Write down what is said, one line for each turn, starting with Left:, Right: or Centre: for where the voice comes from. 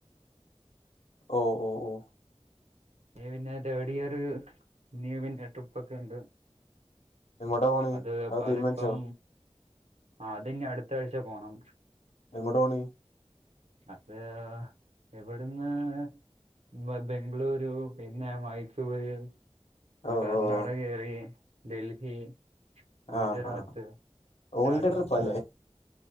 Left: ഓ.. ഓ.. ഓ.. !
Right: ഇനീ പിന്നെ, തേർഡ് ഇയർ ഇനീം പിന്നെ ട്രിപ്പൊക്കെണ്ട്.
Left: എങ്ങോട്ടാ പോണ്
Right: അത്.. അതിപ്പം,
Left: തീരുമാനിച്ചോ
Right: അതിഞ് അടുത്ത ആഴ്ച പോണം.
Left: എങ്ങോട്ടാ പോണേനി?
Right: അത്.., ഇവിടുന്ന് <unintelligible> ബംഗ്ളൂരു പിന്നെ, മൈസൂര് ന്നെ
Left: ഓ
Right: കർണാടക
Left: ഓ ഓ
Right: കേറി, ഡൽഹി ഗുജറാത്ത്,
Left: ആ ആ ഓൾടെ
Right: രാജസ്ഥാൻ.
Left: ട്രിപ്പാല്ലേ